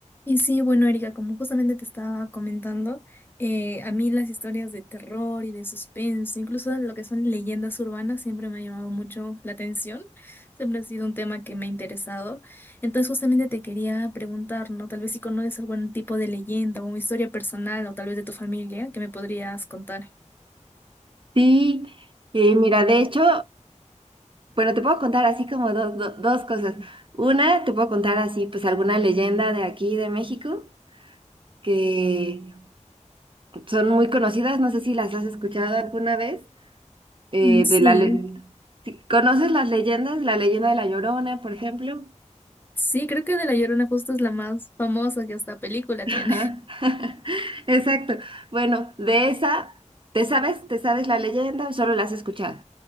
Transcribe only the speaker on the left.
Y sí, bueno, Erika, como justamente te estaba comentando, eh, a mí las historias de terror y de suspenso, incluso lo que son leyendas urbanas, siempre me ha llamado mucho la atención, siempre ha sido un tema que me ha interesado. Entonces, justamente te quería preguntar, ¿no? Tal vez si conoces algún tipo de leyenda o una historia personal o tal vez de tu familia que me podrías contar.
Mm, Sí,
sí, creo que de La Llorona justo es la más famosa que hasta película
tiene. <laughs>